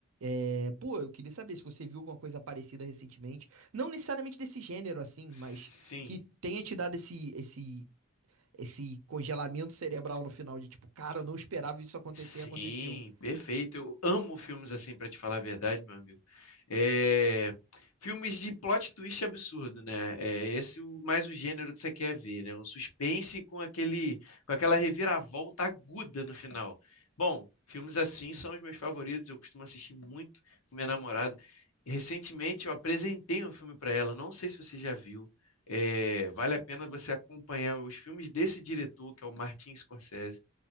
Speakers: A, on the right (about 70°); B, on the left (about 85°).
A: É, pô, eu queria saber se você viu alguma coisa parecida recentemente. Não necessariamente desse gênero, assim,
B: sim.
A: mas que tenha te dado esse, esse esse congelamento cerebral no final de tipo, cara, eu não esperava isso acontecer
B: Sim,
A: e aconteceu.
B: perfeito. Eu amo filmes assim, pra te falar a verdade, meu amigo. É, Filmes de plot twist absurdo, né? É esse o- mais o gênero que você quer ver, né? Um suspense com aquele, com aquela reviravolta aguda no final. Bom, filmes assim são os meus favoritos. Eu costumo assistir muito com minha namorada. Recentemente eu apresentei um filme pra ela. Não sei se você já viu. É, Vale a pena você acompanhar os filmes desse diretor, que é o Martin Scorsese.